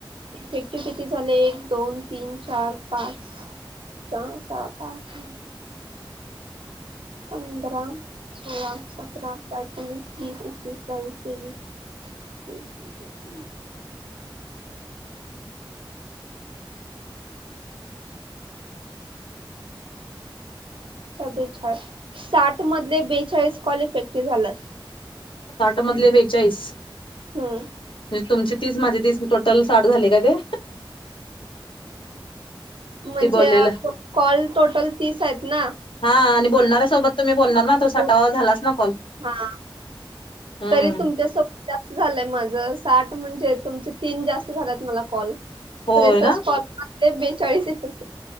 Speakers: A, on the right; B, on the left.
A: इफेक्टिव किती झाले एक दोन तीन चार पाच जा सा पा का पंधरा सोळा सतरा पैतीस बीसस ीस बावीस तेवीस चोवीस, पंचवीस, सव्वीस अच्छा बेचाळीस साठ मधले बेचाळीस कॉल इफेक्टिव्ह झालात
B: साठ मधले बेचाळीस
A: हम्म
B: म्हणजे तुमचे तीस माझे तीस टोटल साठ झाले का ते
A: म्हणजे
B: ते बोललेलं
A: कॉल टोटल तीस आहेत ना
B: हा आणि बोलणाऱ्यासोबत तुम्ही बोलणार
A: मग
B: ना तो साठावा झालाच ना कॉल
A: हा
B: हम्म
A: तरी तुमच्यासोबत जा झालंय माझं साठ म्हणजे तुमचे तीन जास्त झात मला कॉल
B: होय
A: तेस
B: ना
A: कॉल ते बेचाळीस इप